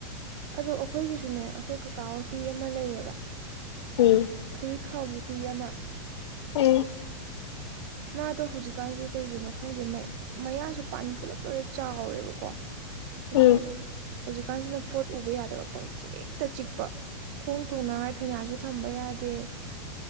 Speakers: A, on the right; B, on the left.
A: ꯑꯗꯣ ꯑꯩꯈꯣꯏꯒꯤꯁꯨꯅꯦ ꯑꯩꯈꯣꯏ ꯀꯥꯀꯥ ꯍꯣꯏ ꯍꯨꯏ ꯑꯃ ꯂꯩꯌꯦꯕ
B: ꯎꯝ
A: ꯐꯨꯔꯤꯠ ꯈꯥꯎꯒꯤ ꯍꯨꯏ ꯑꯃ
B: ꯎꯝ
A: ꯃꯥꯗꯣ ꯍꯧꯖꯤꯛꯀꯥꯟꯖꯦ ꯀꯩꯒꯤꯅꯣ ꯈꯪꯗꯦ ꯃ ꯃꯌꯥꯖꯦ ꯄꯥꯟꯕ ꯄꯨꯂꯞ ꯂꯣꯏꯔꯦ ꯆꯥꯎꯔꯦꯕꯀꯣ ꯑꯗꯨꯒꯅꯦ
B: ꯎꯝ
A: ꯍꯧꯖꯤꯛꯀꯥꯟꯁꯤꯅ ꯄꯣꯠ ꯎꯕ ꯌꯥꯗꯕ ꯄꯪꯆꯤꯛꯇ ꯆꯤꯛꯄ ꯈꯣꯡ ꯇꯣꯡꯅꯉꯥꯏ ꯐꯦꯅꯥꯠꯁꯨ ꯊꯝꯕ ꯌꯥꯗꯦ